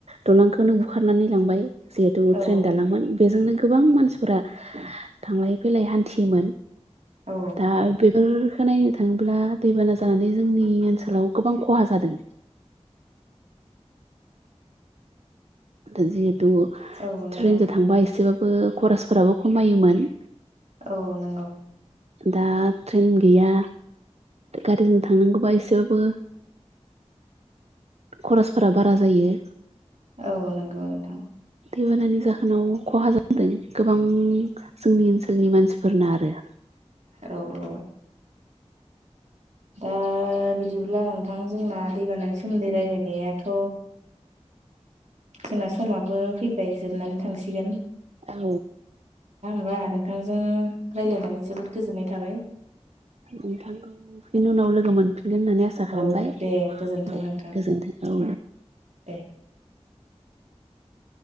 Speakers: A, on the right; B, on the right.
A: दालांखौनो बुखारनानै लांबाय जिहेथु
B: औ
A: ट्रेन दालांमोन बेजोंनो गोबां मानसिफोरा थांलाय फैलाय हान्थियोमोन
B: औ
A: दा बेफोर बेखौ नायनो थाङोब्ला दैबाना जानानै जोंनि ओनसोलाव गोबां खहा जादों दा जिहेथु
B: औ नंगौ
A: ट्रेनजों थांबा एसेबाबो बो खरसफोराबो खमायोमोन।
B: औ नंगौ।
A: दा ट्रेन गैया गारिजों थांनांगौबा एसेबाबो खरसफोरा बारा जायो।
B: औ नंगौ नोंथां।
A: दैबानानि जाहोनाव खहा जादों गोबां जोंनि ओनसोलनि मानसिफोर ना आरो
B: औ औ दा बिदिब्ला नोंथां जोंना दैबानानि सोमोन्दै रायज्लायनायाथ' जोंना समाबो फैबाय जोबनानै थांसिगोन
A: औ
B: बिदिबा नोंथांजों रायज्लायनानै जोबोद गोजोननाय थाबाय।
A: नोंथांजों बिनि उनाव लोगो फिनगोन होननानै आसा खालामबाय
B: औ दे गोजोन्थों
A: दे
B: नोंथां
A: गोजोन्थों औ।
B: दे
A: <inaudible>